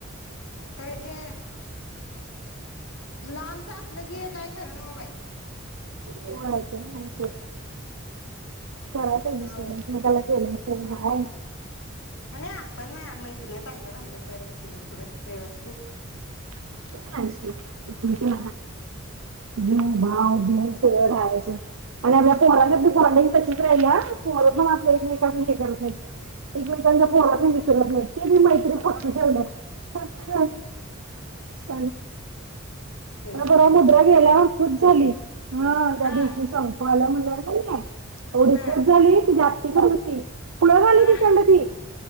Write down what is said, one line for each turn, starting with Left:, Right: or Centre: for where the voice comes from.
Left: खर हे लामच असलं की काय ठरनव बाय
Right: हो आलते ना माणसे करायचा हिशेब
Left: हो
Right: एक मेकाला केलंय <inaudible> हाय
Left: आणि आपण ना मैत्रिणी चांगल राहिल तरच की येऊ पुढं. व्यवस्थित
Right: <unintelligible> तुमची <unintelligible> जू भाव <unintelligible> हाय आणि आपल्या पोहरच्या बॉडंग तच आहे या आणि आपल्या <unintelligible> पण आपलं एकमेकांच हे करत नाही एकमेकांच्या पोहरात विसरत नाही ते बी मैत्री पपी ठवलं अच्छा <unintelligible>
Left: ते
Right: तर
Left: पण
Right: बर
Left: आहे सोडच
Right: मुद्रा गेल्या खुश झाली ह त्या
Left: हा
Right: दिवशी संपवाल्या म्हण <unintelligible> एवढी
Left: हा
Right: खुश झाली की जा <unintelligible> होती पुलं झाली
Left: हा
Right: ती खंड ती